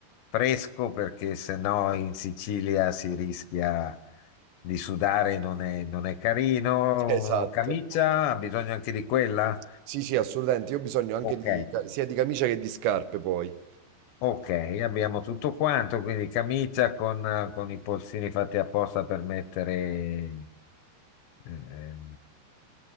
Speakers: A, on the left; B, on the right.
A: fresco perché sennò in Sicilia si rischia di sudare, non è, non è carino.
B: Esatto.
A: Camicia, ha bisogno anche di quella?
B: Sì, sì, assolutamente. Io ho bisogno anche
A: Ok,
B: di, sia di camicia che di scarpe poi.
A: ok, abbiamo tutto quanto, quindi camicia con, con i polsini fatti apposta per mettere eh,